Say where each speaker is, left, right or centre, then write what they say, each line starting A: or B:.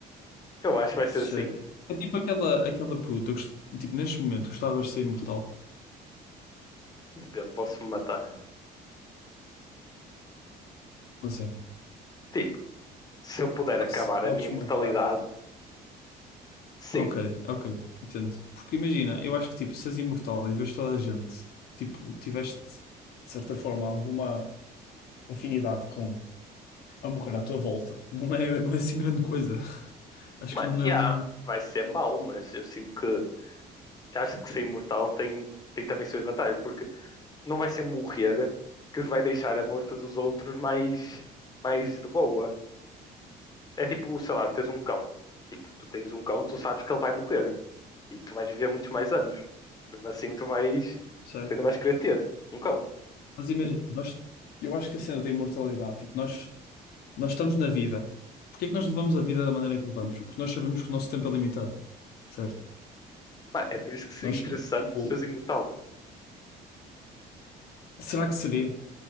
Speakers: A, on the left; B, on the left.
A: eu acho que vai ser
B: isso
A: assim.
B: já é... é tipo aquela, aquela pergunta. gost- Tipo, neste momento, gostavas de ser imortal?
A: Depende, posso-me matar.
B: Como assim?
A: Tipo, se eu puder
B: Ah,
A: acabar
B: Se te podes
A: a minha imortalidade,
B: matar.
A: sim.
B: Ok, ok, entendo. Porque imagina, eu acho que tipo, se és imortal e vês toda a gente, tipo, tiveste de certa forma alguma afinidade com a morrer à tua volta, não é, não é assim grande coisa. <laughs> Acho
A: Mano,
B: que não
A: e
B: é
A: yeah,
B: um.
A: vai ser mau, mas eu sinto que... Acho que ser imortal tem, tem também suas vantagens, porque não vai ser morrer que se vai deixar a morte dos outros mais, mais de boa. É tipo, sei lá, tens um cão. Tipo, tu tens um cão, tu sabes que ele vai morrer. E tu vais viver muitos mais anos. Mesmo assim, tu vais.
B: Certo.
A: Tu ainda vais querer ter um cão.
B: Mas imagina, nós, eu acho que a cena da imortalidade, tipo, nós, nós estamos na vida. Porquê é que nós levamos a vida da maneira que levamos? Porque nós sabemos que o nosso tempo é limitado, certo?
A: Pá, é por isso que seria
B: Nós,
A: interessante
B: Ou-
A: seres imortal.
B: será que seria?